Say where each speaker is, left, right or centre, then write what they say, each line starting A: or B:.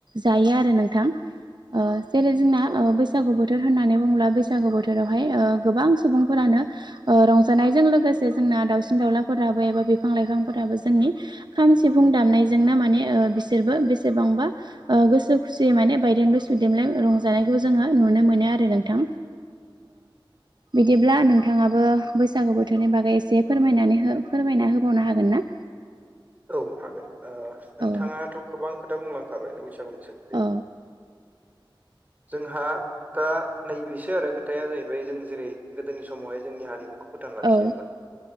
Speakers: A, on the right; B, on the right.
A: जायो आरो नोंथां। ओ जेरै जोंना
B: औ
A: ओ बैसागु बोथोर होननानै बुङोब्ला बैसागु बोथोरावहाय ओ गोबां सुबुंफोरानो ओ रंजानायजों लोगोसे जोंना दाउसिन दाउलाफोराबो एबा बिफां लाइफांफोराबो जोंनि खाम सिफुं दामनायजोंनो माने ओ बिसोरबो बेसेबांबा गोसो खुसियै माने बायदेमलाय सुदेमलाय रंजानायखौ जोङो नुनो मोनो आरो नोंथां बिदिब्ला नोंथाङाबो बैसागु बोथोरनि बागै एसे फोरमाय फोरमायना होबावनो हागोन ना
B: औ हागोन नोंथाङाथ'
A: औ
B: गोबां खोथा बुंलांखाबायानो बैसागुनि सोमोनदै
A: औ
B: जोंहा दा नैबेसो आरो खोथाया जाहैबाय जों जेरै गोदोनि समावहाय जोंनि हारिमुखौ फोथां लाखिदोंमोन
A: औ